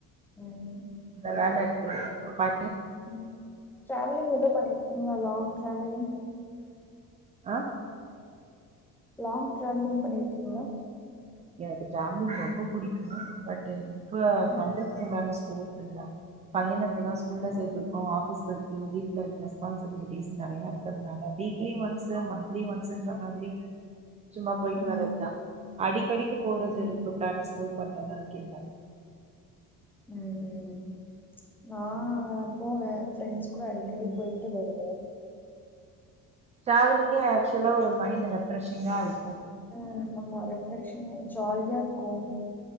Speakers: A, in the centre; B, on the right.
A: ம்
B: இந்த வேல இருக்கு ஒரு ஃபை
A: ம் டிராவலிங் எதோ பண்ணிருக்கீங்களா லாங் டிராவலிங்
B: அ
A: லாங் டிராவலிங் பண்ணியிருக்கீங்களா
B: எனக்கு டிராவலிங் ரொம்ப புடிக்கு பட்டு இப்ப
A: ம்
B: பண்றதுக் உண்டான சூழ் இல்ல பையன இப்பதா ஸ்கூல்ல
A: ம்.
B: சேத்தருக்கோ ஆபீஸ் ஒர்க் வீட்ல ரெஸ்பான்சிபிலிட்டிஸ் நெறையா இருக் இருக்கனால வீக்லி ஒன்ஸ்சு மந்திலி ஒன்ஸ்சு இந்த மாதிரி சும்மா போயிட்டு
A: ம்
B: வரது தா அடிக் போறதுக்கு
A: ம்
B: உண்டான கோவப்பட்டல்லா இருக்கீங்க
A: ம் நா ஆ போவே ஃப்ரெண்ட்ஸ் கூட அடிக்கடி
B: ம்
A: போயிட்டு வருவே
B: டிராவலிங்கே ஆக்சுவலா ஒரு மைண்ட் ரெஃப்ரெஷிங்கா இருக்கு
A: ம்ஹ் ஆமா ரேஃப்ரஷிங்கா ஜாலியா இருக்கு